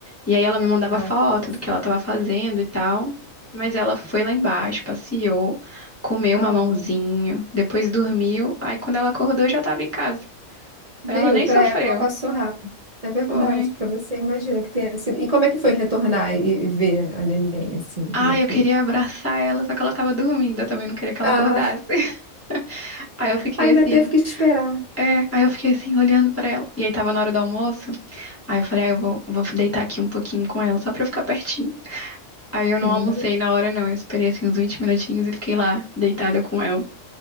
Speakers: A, on the left (about 20°); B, on the right (about 45°).
A: E aí ela me mandava
B: Ah,
A: foto
B: sim.
A: do que ela tava fazendo e tal. Mas ela foi lá embaixo, passeou, comeu
B: Ah,
A: um mamãozinho, depois dormiu. Aí quando ela acordou, eu já tava em casa.
B: viu?
A: Ela nem
B: Para
A: sofreu.
B: ela passou rápido. É verdade,
A: Foi.
B: para você, imagina que tenha sido. E como é que foi retornar e, e ver a neném, assim? Como
A: Ai,
B: é que.
A: eu queria abraçar ela, só que ela tava dormindo. Eu também não queria que ela
B: Ah,
A: acordasse. <laughs> Aí eu fiquei
B: ainda
A: assim.
B: teve que esperar.
A: É, aí eu fiquei assim, olhando pra ela. E aí tava na hora do almoço. Aí eu falei, ah, eu vou, vou deitar aqui um pouquinho com ela, só pra eu ficar pertinho. Aí eu não
B: Sim,
A: almocei na hora, não. Eu esperei assim uns 20 minutinhos e fiquei lá, deitada com ela.